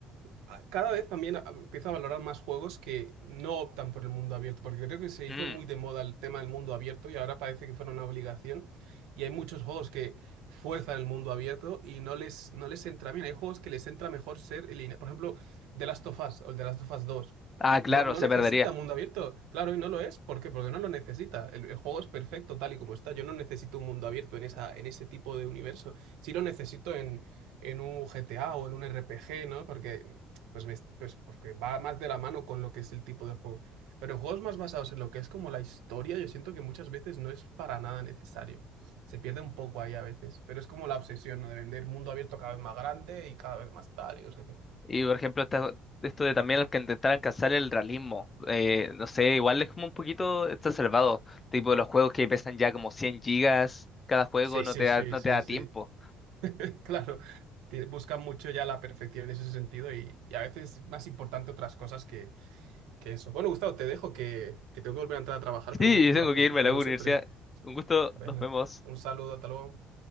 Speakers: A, on the right; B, on the left.
A: a- cada vez también a- empiezo a valorar más juegos que no optan por el mundo abierto, porque creo que se
B: Mm.
A: hizo muy de moda el tema del mundo abierto y ahora parece que fuera una obligación. Y hay muchos juegos que fuerzan el mundo abierto y no les, no les entra bien. Hay juegos que les entra mejor ser en línea. Por ejemplo, The Last of Us o el The Last of Us dos
B: Ah, claro,
A: No, no
B: se
A: necesita
B: perdería.
A: mundo abierto. Claro, y no lo es. ¿Por qué? Porque no lo necesita. El, el juego es perfecto tal y como está. Yo no necesito un mundo abierto en esa, en ese tipo de universo. Sí lo necesito en en un GTA o en un RPG, ¿no? Porque pues, me- pues porque va más de la mano con lo que es el tipo de juego. Pero en juegos más basados en lo que es como la historia, yo siento que muchas veces no es para nada necesario. Se pierde un poco ahí a veces, pero es como la obsesión, ¿no? De vender mundo abierto cada vez más grande y cada vez más tal, y no sé qué.
B: Y por ejemplo, esta- esto de también el que intentar alcanzar el realismo. Eh, no sé, igual es como un poquito exacerbado. Tipo los juegos que pesan ya como 100 gigas. Cada juego
A: Sí,
B: no
A: sí,
B: te da,
A: sí,
B: no
A: sí,
B: te da
A: sí.
B: tiempo.
A: sí. <laughs> Claro, tie- buscan mucho ya la perfección en ese sentido y, y a veces es más importante otras cosas que, que eso. Bueno, Gustavo, te dejo que, que tengo que volver a entrar a trabajar, pero
B: Sí,
A: un gusto
B: yo tengo
A: hablar
B: que
A: contigo,
B: irme a la
A: como
B: universidad.
A: siempre.
B: Un gusto,
A: Bueno,
B: nos vemos.
A: un saludo, hasta luego.